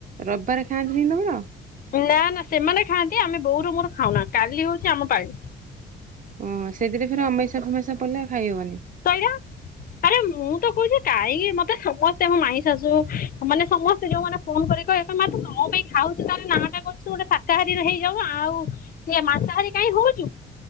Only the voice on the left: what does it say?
ନା ନା ସେମାନେ ଖାଆନ୍ତି। ଆମେ ବୋଉର ମୋର ଖାଉନା କାଲି ହୋଉଚି ଆମ ପାଳି।
ତୟା <unintelligible> ଆରେ ମୁଁ ତ କୋହୁଚି କାଇଁ ମତେ ସମସ୍ତେ ମୋ ମାଇଁ ଶାଶୁ ମାନେ ସମ ସ୍ତେ ଯୋଉମାନେ ଫୋନ୍ କରିକି କହିବେ ମା ତୁ କଣ ପାଇଁ ଖାଉଚୁ ତାହେଲେ ନାଁ ଟା କରୁଚୁ ସ ଶାକାହାରୀ ହେଇଯାଉନୁ ଆଉ ସେ ମାଂସାହାରୀ କାଇଁ ହୋଉଚୁ,